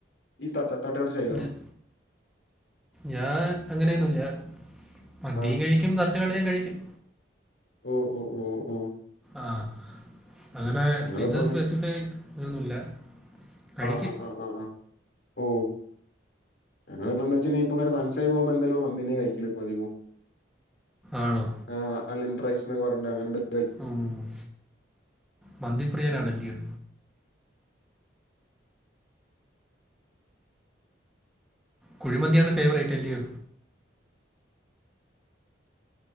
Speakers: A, on the left (about 65°); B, in the centre.
A: ഈ തട്ട തട്ട്കട സ്റ്റൈലോ?
B: ഞ- ഞാൻ അങ്ങനെയൊന്നുല്ല മന്തിയും
A: ആഹ്.
B: കഴിക്കും ത തട്ട്കടയും കഴിക്കും
A: ഓ ഓ ഓ ഓ
B: ആഹ് അങ്ങനെ
A: ഞങ്ങളിപ്പോ
B: സ് ഇത്
A: അങ്ങ്
B: സ്പെസിഫൈ അങ്ങനെന്നുല്ല കഴിക്കും
A: ആഹ് ആഹ് ആഹ് ആഹ് ആഹ്. ഓ ഞങ്ങളിപ്പോ എന്താച്ചണ്ടെങ്കി ഇപ്പോങ്ങനെ ഫ്രൻസായി പോവുമ്പൊ എന്തായലും മന്തിയെന്നെ കയ്ക്കല് ഇപ്പധികം
B: ആണോ
A: ആഹ് അൺലിമിറ്ററൈസ്ന്നൊക്കെ പറഞ്ഞിട്ട് അങ്ങനണ്ട്
B: മ്മ് മന്തി പ്രിയനാണല്ല്യൊ കുഴിമന്തിയാണ് ഫേവറേറ്റ് അല്യോ